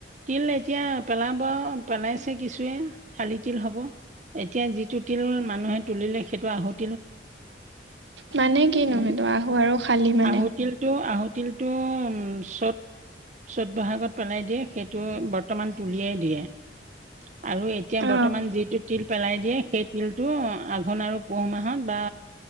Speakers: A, on the right; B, on the right.
A: তিল এতিয়া পেলাব পেলাইছে কিছুুৱে খালি তিল হ'ব এতিয়া যিটো তিল মানুহে তুলিলে সেইটো আহুত
B: মানে কিনো
A: উম,
B: সেইটো আহো আৰু খালি মানে
A: আহু তিলটো আহু তিলটো চ'ত চ'ত বহাগত পেলাই দিয়ে সেইটো বৰ্তমান তুলিয়াই দিয়ে আৰু এতিয়া
B: অ
A: বৰ্তমান যিটো তিল পেলাই দিয়ে সেই তিলটো আঘোণ আৰু পুহ মাহত বা